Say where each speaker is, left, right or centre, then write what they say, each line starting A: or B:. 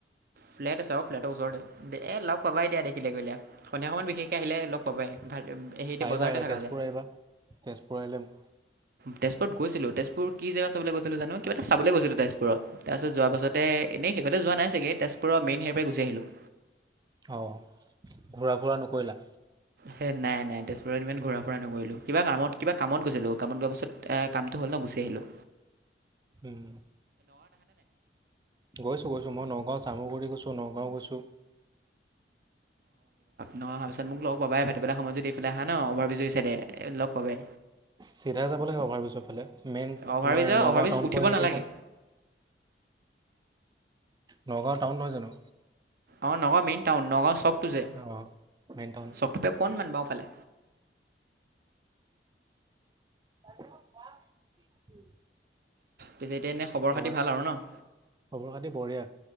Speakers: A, on the right (about 55°); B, on the right (about 25°).
A: ফ্লেট আছে, ফ্লেটৰ ওচৰতে এ লগ পাবা এতিয়া দেখিলে গে সন্ধিয়া সময়ত বিশেষকে আহিলে লগ পাবাই
B: আহিবা,
A: ভা- হেৰিতে বজাৰতে
B: আহিবা
A: থকা
B: তেজপুৰ
A: যায়।
B: আহিবা, তেজপুৰ আহিলেম
A: তেজপুৰত গৈছিলোঁ তেজপুৰ কি জেগা চাবলৈ গৈছ <unintelligible> কিবা এটা চাবলৈ গৈছিলো তেজপুৰত তাৰছত যোৱা পাছতে এনেই সেই যোৱা নাই চাগে তেজপুৰৰ মেইন হে পাই গুচি আহিলোঁ।
B: অ', ঘূৰা-ফুৰা নকৰিলা?
A: হে নাই, নাই তেজপুৰত ইমান ঘূৰা-ফুৰা নকৰিলোঁ। কিবা কামত, কিবা কামত গৈছিলোঁ কামত গোৱাৰ পাছত কামটো হ'ল ন' গুচি আহিলো।
B: উম, গৈছোঁ, গৈছোঁ মই নগাঁও চামুগুৰি গৈছোঁ, নগাঁও গৈছোঁ।
A: নহ অহাৰ পিছত মোক লগ পাবাই ভাটি বেলা সময় যদি এফালে আহা নহয় অভাৰ ব্ৰিজৰ এই চাইদে এ লগ পাবাই।
B: চিধাই যাব লাগে, অভাৰব্ৰীজৰ ফালে মেইন
A: অভাৰব্ৰিজ
B: তোমাৰ নগাঁও
A: অভাৰব্ৰিজ
B: টাউন
A: উঠিব
B: পোৱা নেকি
A: নালাগে
B: এইকণ নগাঁও টাউন নহয় জানো?
A: অ', নগাঁও মেইন টাউন, নগাঁও চৰটো যে
B: অ মেইন টাউন
A: চকটোৰ পাই অকণমান বাওঁফালে।
B: <inaudible>
A: পিছে এতিয়া এনেই খবৰ
B: তোমাৰ
A: খাতি ভাল আৰু ন'?
B: খবৰ খাতি বঢ়িয়া